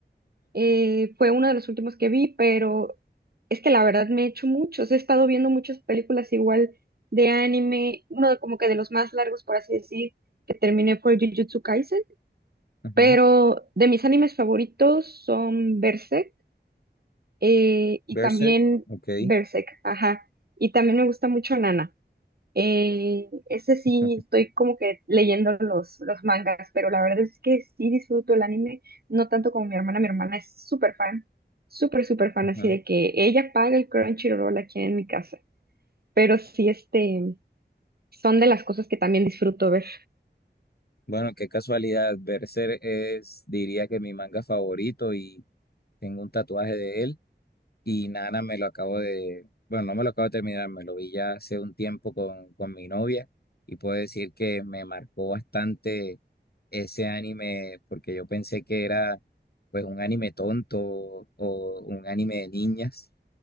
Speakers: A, on the right; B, on the left.
A: eh, fue uno de los últimos que vi, pero es que la verdad me he hecho muchos. He estado viendo muchas películas igual de anime, uno de- como que de los más largos, por así decir, que terminé fue Jujutsu Kaisen.
B: Ujú,
A: Pero
B: ujú.
A: de mis animes favoritos son Berserk eh, y
B: Berserk,
A: también
B: ok.
A: Berserk, ajá. Y también me gusta mucho Nana. Eh, ese sí,
B: <laughs>
A: estoy como que leyendo los, los mangas, pero la verdad es que sí disfruto el anime, no tanto como mi hermana. Mi hermana es súper fan, súper, súper fan,
B: Ujú.
A: así de que ella paga el Crunchyroll aquí en mi casa. Pero sí, este, son de las cosas que también disfruto ver.
B: Bueno, qué casualidad. Berserk es, diría que mi manga favorito y tengo un tatuaje de él. Y Nana me lo acabo de, bueno, no me lo acabo de terminar, me lo vi ya hace un tiempo con, con mi novia y puedo decir que me marcó bastante ese anime porque yo pensé que era pues un anime tonto o un anime de niñas.